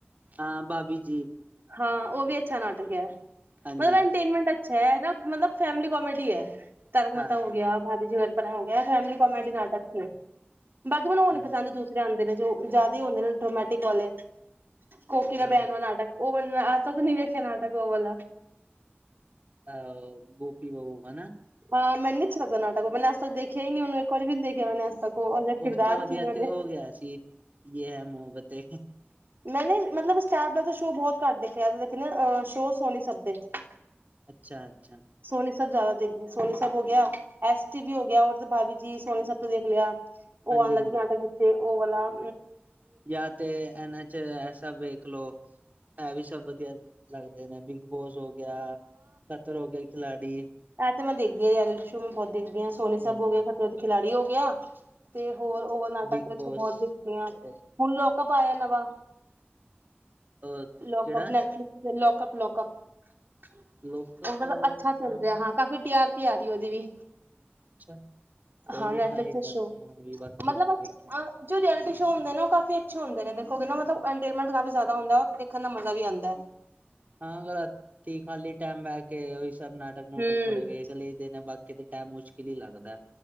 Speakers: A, on the right; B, on the right.
A: ਹਾਂ ਭਾਬੀ ਜੀ।
B: ਹਾਂ ਉਹ ਵੀ ਅੱਛਾ ਨਾਟਕ ਐ
A: ਹਾਂਜੀ
B: <unintelligible> ਏਂਟਟੇਨਮੈਂਟ ਅੱਛਾ ਐਨਾ ਮਤਲਬ ਫੈਮਿਲੀ ਕੋਮੇਡੀ ਐ ਤਾਰਕ ਮਹਿਤਾ
A: ਹਾਂ
B: ਹੋ
A: ਹਾਂ
B: ਗਿਆ ਭਾਭੀ ਜੀ ਘਰ ਹੋ ਗਿਆ ਫੈਮਲੀ ਕੋਮੇਡੀ ਨਾਟਕ ਨੇ ਬਾਕੀ ਮੈਨੂੰ ਹੋਨ
A: ਹਾਂਜੀ
B: ਨੀਂ ਪਸੰਦ ਦੂਸ ਆਦੇ ਨੇ ਜੋ ਜਾਦਾ ਹੁੰਦੇ ਨੇ ਡਰੋਮੈਟਿਕ ਵਾਲੇ ਕੋਕੀ ਦਾ
A: ਹਾਂ
B: ਬੈਨ
A: ਹਾਂ
B: ਬਣਾ ਤਾ ਹੁਣ ਅਜ ਤਕ ਨੀ ਵੇਖਿਆ ਨਾਟਕ ਉਹ ਵਾਲਾ।
A: ਆਹੋ ਗੋਪੀ ਬਊ ਹਨਾ।
B: ਹਾਂ ਮੈਂ ਨੀ ਅੱਛਾ ਲੱਗਦਾ ਨਾਟਕ ਮੈਂ ਅੱਜ ਤੱਕ ਦੇਖਿਆ ਹੀ ਨੀ ਉਹੂੰ ਇੱਕ ਵਾਰੀ ਵੀ ਨੀ ਦੇਖਿਆ ਮਨੇ ਅਜ ਤੱਕ। ਉਹ ਉਹਦੇ ਕਿਰਦਾਰ
A: ਉਸ ਤੋਂ ਵਧੀਆ
B: ਕੀ ਨੇ ਉਹਦੇ
A: ਤੇ ਉਹ ਗਿਆ ਸੀ ਯੇ ਹੈ ਮੁਹੱਬਤੇ।
B: ਮੈਂ ਨਾ ਮਤਲਬ ਸਟਾਰ ਪਲੱਸ ਦੇ ਸ਼ੋਅ ਬੋਹਤ ਘੱਟ ਦੇਖਨੀਆ ਦੇਖਣੀ ਆ ਸ਼ੋ ਸੋਨੀ ਸਭਦੇ। <inaudible>
A: ਅੱਛਾ-ਅੱਛਾ
B: ਸੋਨੀ ਸਭ ਜਾਦਾ ਦੇਖਨੀ ਸੋਨੀ ਸਭ ਹੋ ਗਿਆ। ਐਸ ਟੀ ਵੀ ਹੋ ਗਿਆ ਮਤਲਬ ਭਾਬੀ ਜੀ ਸੋਨੀ ਸਭ ਤੇ ਦੇਖ ਲਿਆ। ਉਹ
A: ਹਾਂਜੀ
B: ਆਉਣ
A: ਹਾਂਜੀ
B: ਲੱਗ ਜਾ ਆਟ ਵਿੱਚੇ ਉਹ ਵਾਲਾ‌
A: ਯਾ ਤੇ ਇਹਨਾਂ ਚ ਐਸਾ ਵੇਖ ਲੋ ਇਹ ਵੀ ਸਭ ਵਧੀਆ ਲੱਗਦੇ ਨੇ ਬਿਗ ਬੋਸ ਹੋ ਗਿਆ, ਖਤਰੋਂ ਕੇ ਖਿਲਾੜੀ।
B: ਇਹ ਤੇ ਮੈਂ ਦੇਖਦੀ ਹਾਂ ਰੀਲਿਟੀ ਸ਼ੋ ਮੈਂ ਬਹੁਤ ਦੇਖਦੀ ਹਾਂ ਸੋਨੀ ਸਭ
A: ਹਮ
B: ਹੋ ਗਿਆ ਖਤਰੋਂ ਕੇ ਖਿਲਾੜੀ ਹੋ ਗਿਆ। ਤੇ ਹੋਰ ਓ ਵਾਲਾ ਨਾਟਕ
A: ਬਿਗ
B: ਇਥੇ
A: ਬੋਸ
B: ਬੋਹਤ ਦੇਖਦੀਆ
A: ਅ
B: ਹੁਣ ਲੌਕਅਪ ਆਯਾ ਨਵਾ
A: ਅ,
B: ਲੌਕਅਪ
A: ਕਿਹੜਾ
B: ਨੈਟਫਲਿਕਸ ਚ ਲੌਕਅਪ ਲੌਕ ਉਹ
A: ਲੋਕਪ
B: ਮਤਲਬ
A: ਤਾਂ
B: ਅੱਛਾ ਚੱਲ ਰਿਹਾ ਹਾਂ ਕਾਫੀ ਟੀ ਆਰ ਪੀ ਆ ਰਹੀ ਉਹਦੀ ਵੀ।
A: ਅੱਛਾ ਕੋਈ
B: ਹਾਂ
A: ਨੀ
B: ਨੈਟਫਲਿਕਸ
A: ਟਰਾਈ
B: ਤੇ
A: ਕਰਦੇ
B: ਸ਼ੋ
A: ਹਾਂ ਵੀ ਬਾਕੀ
B: ਮਤਲਬ
A: ਆਪਾਂ
B: ਅ
A: ਵੇਖਾਂਗੇ
B: ਜੋ ਰਐਲਿਟੀ ਸ਼ੋਅ ਹੁੰਦੇ ਨੇ ਉਹ ਕਾਫੀ ਅੱਛੇ ਹੁੰਦੇ ਨੇ ਦੇਖੋਗੇ ਨਾ ਐਂਟਰਟੇਨਮੈਂਟ ਕਾਫੀ ਜਾਦਾ ਹੁੰਦਾ ਦੇਖਣ ਦਾ ਮਾ ਵੀ ਆਂਦਾ।
A: ਹਾਂ ਰਾਤੀ ਖਾਲੀ ਟੈਮ ਬਹਿ ਕੇ ਉਹੀ ਸਭ ਨਾਟਕ-ਨੂਟਕ
B: ਹੂੰ
A: ਥੋੜੇ ਵੇਖ ਲਈਦੇ ਨੇ ਬਾ ਕਿਤੇ ਟੈਮ ਮੁਸ਼ਕਿਲ ਹੀ ਲੱਗਦਾ।